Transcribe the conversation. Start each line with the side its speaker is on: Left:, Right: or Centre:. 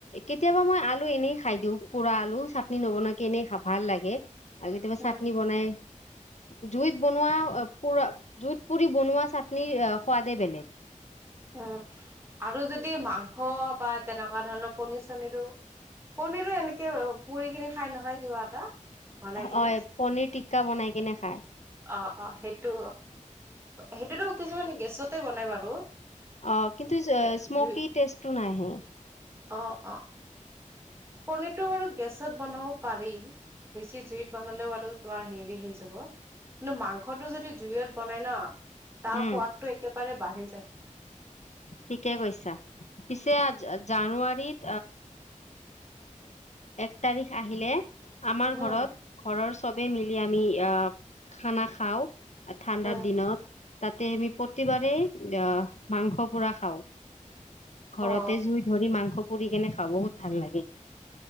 Left: কেতিয়াবা মই আলু এনেই খাই দিওঁ, পুৰা আলু, চাটনি নবনাকে এনেই খাও ভাল লাগে। আজি কিবা
Right: উম,
Left: চাটনি বনায় জুইত বনোৱা পুৰা জুত পুৰি বনোৱা চাটনিৰ সোৱাদে বেলেগ।
Right: উ, আৰু যদি যদি মাংস বা তেনেকুৱা ধৰণৰ পনিৰ চনীৰো, পনিৰো এনেকে পুৰি কিনি খাই নহয় কিবা এটা। বনাই কিনে
Left: হয়, পনীৰ টিক্কা বনাই কিনে খাই।
Right: অ', অ' সেইটো সেইটোতো কিছুমানে গেছতে বনাই বাৰু।
Left: অ' কিন্তু,
Right: এ
Left: স্মকি
Right: জুই
Left: টেষ্টটো নাহে।
Right: অ', অ' পনিৰতটো বাৰু গেছত বনাব পাৰি, বেছি জুইত বনালেও বাৰু তোমাৰ হেৰি হৈ যাব, কিন্তু মাংসটো যদি জুইত বনাই ন তাৰ
Left: উম
Right: সোৱাদতটো একে বাৰে বাঢ়ি যায়।
Left: ঠিকে কৈছা, পিছে জানুৱাৰীত এক তাৰিখ আহিলে আমাৰ
Right: উম
Left: ঘৰত, ঘৰৰ চবেই মিলি আমি খানা খাওঁ। আৰু ঠাণ্ডাৰ
Right: উম
Left: দিনত তাতে আমি প্ৰতিবাৰেই অ' মাংস পোৰা খাওঁ। ঘৰতে
Right: অ
Left: জুই ধৰি মাংস পুৰি কিনে খাওঁ, বহুত ভাল লাগে।